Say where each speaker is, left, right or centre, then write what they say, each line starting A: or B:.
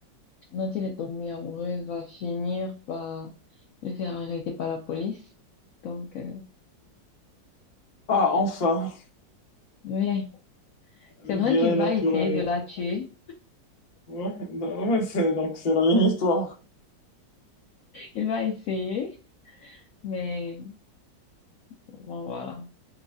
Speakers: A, on the left; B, on the left.
A: dont il est tombé amoureuse, va finir par le faire arrêter par la police. Donc, euh,
B: Ah, enfin,
A: ouais.
B: je
A: C'est vrai
B: dirais
A: qu'il va
B: la tuerie.
A: essayer de la tuer.
B: Ouais, d- ouais, c'est, donc c'est la même histoire.
A: Il va essayer, mais bon, voilà.